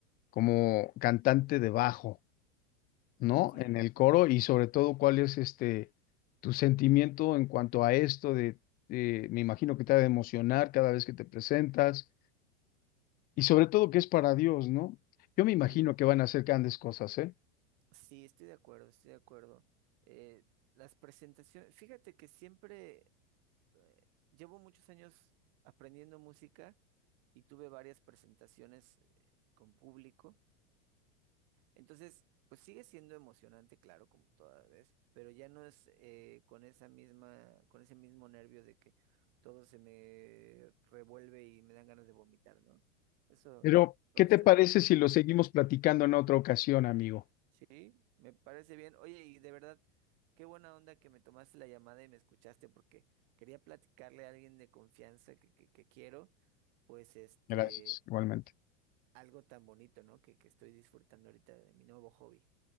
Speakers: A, on the left (about 25°); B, on the right (about 45°).
A: como cantante de bajo, ¿no?
B: Sí,
A: En el coro y sobre todo cuál es este tu sentimiento en cuanto a esto de, de- me imagino que te ha de emocionar cada vez que te presentas Y sobre todo que es para Dios, ¿no? Yo me imagino
B: sí,
A: que van a hacer grandes cosas, ¿eh?
B: sí, estoy de acuerdo, estoy de acuerdo. Eh, las presentaciones, fíjate que siempre eh, llevo muchos años aprendiendo música y tuve varias presentaciones eh, con público. Entonces, pues sigue siendo emocionante, claro, como toda vez, pero ya no es eh, con esa misma, con ese mismo nervio de que todo se me revuelve y me dan ganas de vomitar, ¿no? Eso
A: Pero,
B: todo
A: ¿qué
B: está
A: te parece
B: bien.
A: si lo seguimos platicando en otra ocasión, amigo?
B: Sí, me parece bien. Oye, y de verdad, qué buena onda que me tomaste la llamada y me escuchaste porque quería platicarle a alguien de confianza que, que, que quiero, pues este,
A: Gracias, igualmente.
B: algo tan bonito, ¿no? Que, que estoy disfrutando ahorita de mi nuevo hobby.